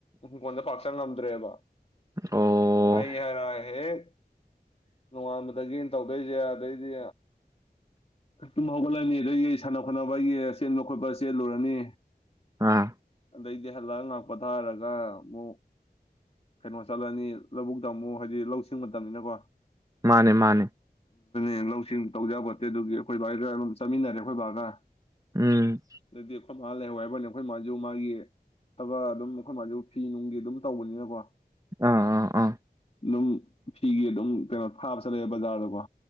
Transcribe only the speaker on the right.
ꯑꯣ
ꯑꯥ
ꯃꯥꯅꯦ ꯃꯥꯅꯦ
ꯎꯝ
ꯑꯥ ꯑꯥ ꯑꯥ